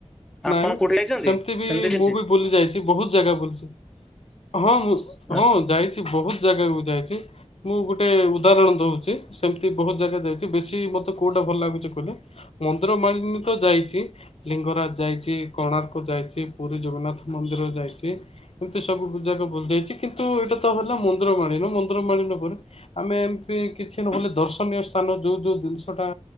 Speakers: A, in the centre; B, on the left (about 60°).
A: ଆପଣ
B: ନାଇଁ
A: କୋଉଠି ଯାଇଛନ୍ତି
B: ସେମିତି ବି
A: କିଛି
B: ମୁଁ ବି ବୁଲି ଯାଇଛି ବହୁତ ଜାଗା ବୁଲିଛି ହଁ ମୁଁ
A: ଆଚ୍ଛା
B: ହଁ ଯାଇଛି ବହୁତ ଜାଗା ମୁଁ ଯାଇଛି ମୁଁ ଗୋଟେ ଉଦାହରଣ ଦଉଛି ସେମିତି ବହୁତ ଜାଗା ଯାଇଛି ବେଶୀ ମତେ କୋଉଟା ଭଲ ଲାଗୁଛି କହିଲେ ମନ୍ଦିର ମାଳିନୀ ତ ଯାଇଛି ଲିଙ୍ଗରାଜ ଯାଇଛି କୋଣାର୍କ ଯାଇଛି ପୁରୀ ଜଗନ୍ନାଥ ମନ୍ଦିର ଯାଇଛି ଏମିତି ସବୁ ଜାକ ବଯାଇଛି କିନ୍ତୁ ଏଇଟା ତ ହେଲା ମନ୍ଦିର ମାଳିନ ମନ୍ଦିର ମାଳିନ ପରେ ଆମେ ଏମତି କିଛି ନହେଲେ ଦର୍ଶନୀୟ ସ୍ଥାନ ଯୋଉ ଯୋଉ ଜିନିଷଟା